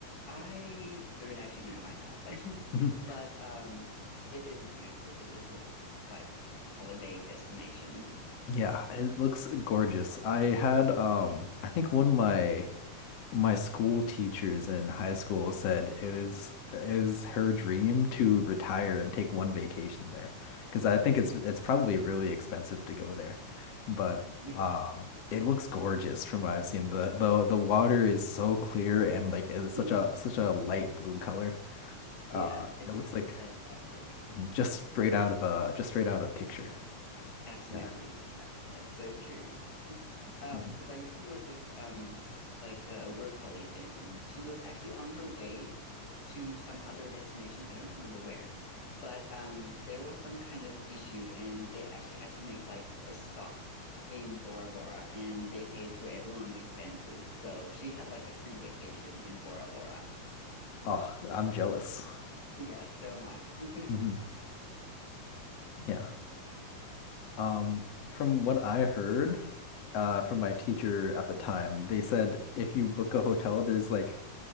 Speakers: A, on the left; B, on the left.
A: I don't actually know myself, <laughs>
B: Mhm.
A: but um, it is beautiful. It just looks like holiday destination.
B: Yeah, it looks gorgeous. I had um I think one of my my school teachers in high school said it was it was her dream to retire and take one vacation there because I think it's it's probably really expensive to go there, but
A: Yeah.
B: um it looks gorgeous from what I've seen. The the the water is so clear and like it's such
A: Mm,
B: a such a light blue color. Uh,
A: yeah, it
B: it
A: just
B: looks
A: looks
B: like
A: fantastic.
B: just straight out of a just straight out of a picture.
A: Absolutely.
B: Yeah.
A: Yeah, that's so true. Um,
B: Mhm.
A: because I used to work with um like a work colleague and, and she was actually on her way to some other destination. I don't remember where. But um there was some kind of issue and they actually had to make like a stop in Bora Bora and they paid for everyone's expenses. So she had like a free vacation in Bora Bora.
B: Oh, I'm jealous.
A: Yeah, so am I.
B: hmm
A: <laughs>
B: Yeah. Um, from what I heard, uh, from my teacher at the time. They said if you book a hotel, there's like